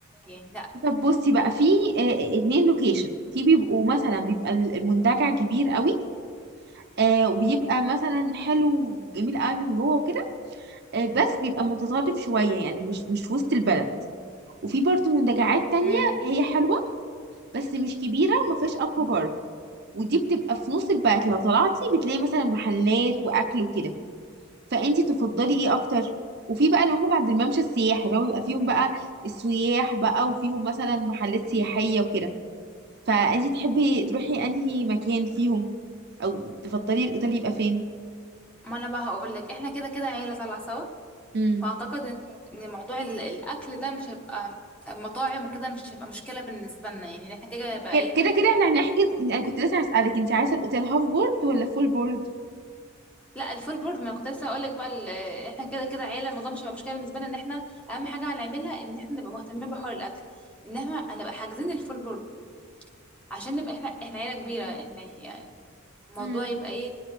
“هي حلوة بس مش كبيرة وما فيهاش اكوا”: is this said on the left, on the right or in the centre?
Right